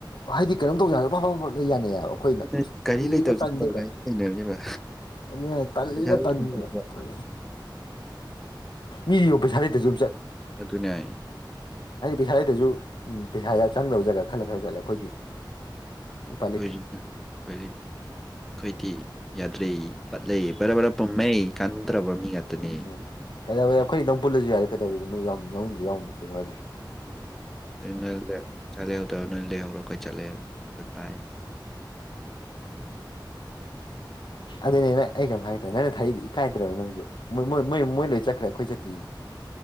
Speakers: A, on the left (about 70°); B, in the centre.
A: ꯍꯥꯏꯗꯤ ꯀꯔꯝ ꯇꯧꯖ ꯑꯐ ꯌꯥꯅꯤꯌꯦ ꯑꯩꯈꯣꯏꯅ
B: ꯑꯗꯨꯅ ꯒꯥꯔꯤ
A: ꯀꯜꯂꯤꯒ
B: ꯂꯩꯇꯕꯁꯤꯅ
A: ꯇꯟꯗꯦꯒ
B: ꯇꯜꯂꯦ ꯒꯥꯔꯤꯁꯨ ꯂꯩꯅꯔꯤꯕ
A: ꯑꯗꯨ ꯌꯥ ꯇꯜꯂꯤꯒ
B: ꯄꯩꯁꯥꯁꯨ
A: ꯇꯟ
B: ꯂꯩꯅꯔꯤꯕ
A: ꯑꯗꯨ ꯃꯤꯁꯤꯕ ꯄꯩꯁꯥ ꯂꯩꯇꯁꯨ
B: ꯑꯦ ꯑꯗꯨꯅꯌꯥꯥꯏ
A: ꯍꯥꯏꯗꯤ ꯄꯩꯁꯥꯗꯗꯁꯨ ꯄꯩꯁꯥ ꯆꯪꯗꯕ ꯖꯒꯥ ꯈꯜꯂ ꯈꯔ ꯆꯠꯂꯦ ꯑꯩꯈꯣꯏꯗꯤ ꯎꯄꯥꯏ
B: ꯀꯈꯣꯏꯁꯤꯅ
A: ꯂꯩꯇꯦ
B: ꯀꯇꯦ ꯑꯩꯣꯏꯗꯤ ꯌꯥꯗ꯭ꯔꯦ ꯄꯠꯂ ꯕꯔ ꯔꯞ ꯄꯨꯝꯃꯩ ꯀꯟꯗ꯭ꯔꯕ ꯃꯤ ꯉꯥꯛꯇꯅꯤ
A: ꯄꯝꯃꯦ ꯀꯩꯗꯧꯋꯦ ꯑꯩꯈꯣꯏꯅ ꯏ ꯅꯪ ꯄꯨꯜꯂꯁꯨ ꯌꯥꯔꯦ ꯀꯩꯗꯧꯋꯦ ꯃꯣꯏꯎꯅꯁꯨ ꯌꯥꯎꯅꯨ ꯀꯕꯥ
B: ꯅ ꯆꯠꯂꯧꯗ ꯅꯣꯏ ꯂꯩꯍꯧꯔꯣ ꯑꯩꯣꯏ ꯆꯠꯂꯦ ꯒꯨꯠ ꯕꯥꯏ
A: ꯑꯗꯨꯅꯦꯅ ꯑꯩ ꯀꯩꯝ ꯍꯥꯏꯗꯦ ꯅꯪꯅ ꯊꯔꯤꯗꯤ ꯏꯀꯥꯏꯗ꯭ꯔꯕ ꯅꯪꯁꯨ ꯣꯏ ꯃꯣꯏꯣꯏ ꯃꯣꯏ ꯂꯣꯏ ꯆꯠꯈ꯭ꯔꯦ ꯑꯩꯈꯣꯏ ꯆꯠꯇ꯭ꯔꯤꯁ